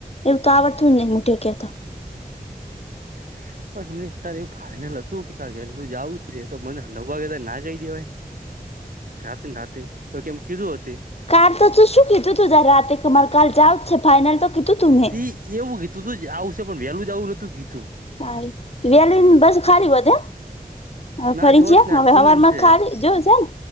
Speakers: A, on the left (about 40°); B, on the right (about 65°).
A: એવું તો આવડતું જ નહીંટી હ કે તો
B: <unintelligible> પણ એમને ત્યારે એવું ફાઈનલ હતું કે વેલું જવું છે તો મને નવ વાગે ત ના કહી દેવાય રાતીને રાતે તો કેમ કીધું હતું
A: કાલ તો શું કીધું તું તારે રાતે મારે કાલ જઉા જ છે ફાાઈનલ તો કીધું તું મેં
B: ત એવું કીધું તુ કે આવવું શે પણ વહેલું જ આવવું નતું કી
A: હ વલી બસ ખલી હોધ હ
B: ના
A: ફરી
B: જોત
A: જ
B: ને આજ
A: હવે
B: પૂનમ
A: હવાર માં
B: છે
A: ખાલી જોયું છેને